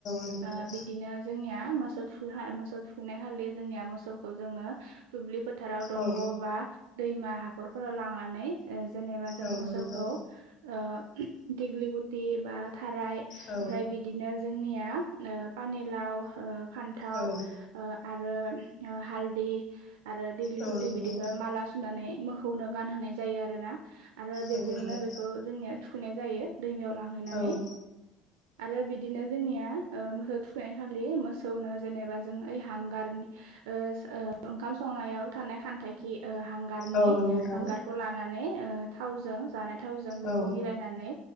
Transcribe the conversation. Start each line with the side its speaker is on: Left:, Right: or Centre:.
Left: नंगौ नोंथां
Right: ओ बिदिनो जोंनिया मो मोसौ थुखैखा मोसौ थुखैनाय खालि जोंनिया मोसौखौ जोङो दुब्लि फोद फोथाराव दंग'
Left: औ
Right: बा दैमा हाखरफोराव लांनानै ओ जेनेबा जों
Left: औ
Right: मोसौखौ
Left: नंगौ नोंथां
Right: ओ दिग्लि गुति बा थाराय ओमफ्राय
Left: औ
Right: बिदिनो जोंनिया ओ पानेलाव ओ फान्थाव
Left: औ
Right: ओ आरो हालदि आरो देग्लि
Left: औ
Right: गुदि
Left: नंगौ नोंथां
Right: बिदिखौ माला सुनानै मोखौनो गानहोनाय जायो आरो ना? आरो बेजोंनो
Left: नंगौ नोंथां
Right: बेखौ जोंनिया थुखैनाय जायो दैमायाव लांहैनानै।
Left: औ
Right: आरो बिदिनो जोंनिया ओ मोसौ थुखैनाय खालि मोसौनो जेनेबा जों ओइ हांगारनि ओस ओ ओंखाम संनायाव थानाय खान्थाखि ओ हांगारनि
Left: औ नंगौ नोंथां
Right: हांगारखौ लानानै ओ थावजों जानाय थावजों बेखौ
Left: औ
Right: मिलायनानै